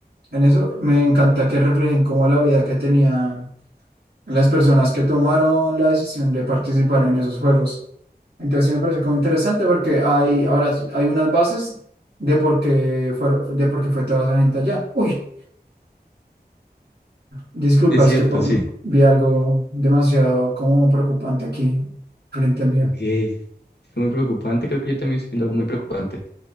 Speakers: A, on the right; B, on the left.
A: en eso. Me encanta que reflejen como la vida que tenía las personas que tomaron la decisión de participar en esos juegos. Entonces sí me parece como interesante porque hay ahora s- hay unas bases de por qué fueron, de por qué fue toda esa gente allá. Uy, disculpa,
B: es cierto,
A: es que po-
B: sí.
A: vi algo demasiado como preocupante aquí frente a mí.
B: Ok, Muy preocupante, creo que yo también estoy viendo algo muy preocupante.